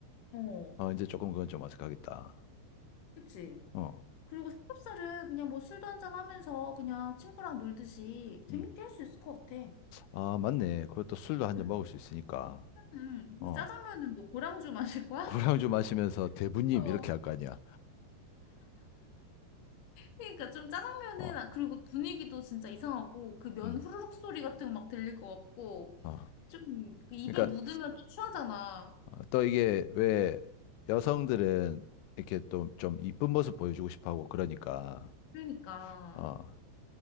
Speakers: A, on the left; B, on the left.
A: 어,
B: 어, 이제 조금 그건 좀 어색하겠다.
A: 그치?
B: 어,
A: 그리고 삼겹살은 그냥 뭐 술도 한잔 하면서 그냥 친구랑 놀듯이 재밌게
B: 음.
A: 할 수 있을 것 같아.
B: 아, 맞네. 그것도 술도 한잔
A: 응.
B: 먹을 수 있으니까.
A: 음. 근데
B: 어.
A: 짜장면은 뭐 고량주 마실 거야?
B: 고량주 마시면서 대부님
A: <laughs> 어.
B: 이렇게 할 거 아니야.
A: 그러니까 좀 짜장면은
B: 어.
A: 아, 그리고 분위기도 진짜 이상하고 그 면
B: 음.
A: 후루룩 소리 같은 거 막 들릴 것 같고
B: 어.
A: 좀그 입에
B: 그러니까
A: 묻으면 추하잖아.
B: 어, 또 이게 왜 여성들은 이렇게 또 좀 이쁜 모습 보여주고 싶어 하고 그러니까
A: 그러니까
B: 어.